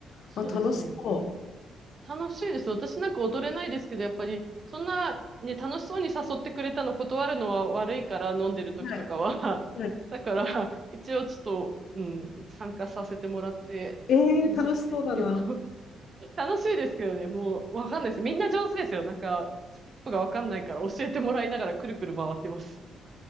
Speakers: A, on the right (about 40°); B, on the left (about 65°).
A: そうですね。
B: あ、楽しそ
A: 楽しいです。私なんか踊れないですけど、やっぱり、そんな、ね、楽しそうに誘ってくれたの断るのは悪いから、飲んでる時とかは。
B: う。はい。はい
A: <laughs> だから、一応ちょっと、うん、参加させてもらって、
B: ええ、
A: 難しいですけど。
B: 楽しそうだな。
A: <laughs> 楽しいですけどね、もう、わかんないです。みんな上手ですよ。なんか、ステップがわかんないから、教えてもらいながらくるくる回ってます。